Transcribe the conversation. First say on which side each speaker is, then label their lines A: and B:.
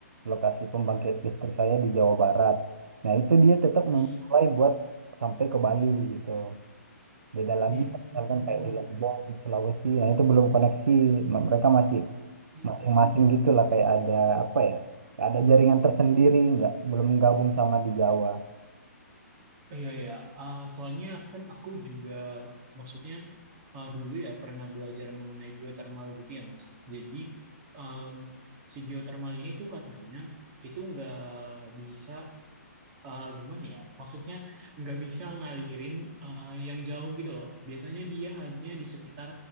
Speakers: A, on the right; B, on the right.
A: lokasi pembangkit listrik saya di Jawa Barat. Nah, itu dia tetap
B: mm,
A: memulai buat sampai ke Bali gitu. Beda lagi
B: mm,
A: misalkan
B: mm,
A: kayak di
B: oke
A: Lombok,
B: oke.
A: di Sulawesi, nah itu belum koneksi. M- Mereka masih
B: Mm.
A: masing-masing gitu lah kayak ada apa ya? Kayak ada jaringan tersendiri, nggak belum gabung sama di Jawa.
B: Iya, iya. iya. Ah, soalnya kan aku juga maksudnya ah, dulu ya pernah belajar mengenai geotermal gitu ya, Mas. Jadi em, si geotermal ini tuh katanya itu nggak bisa eh, gimana ya? Maksudnya nggak bisa ngalirin eh, yang jauh gitu loh. Biasanya dia hanya di sekitar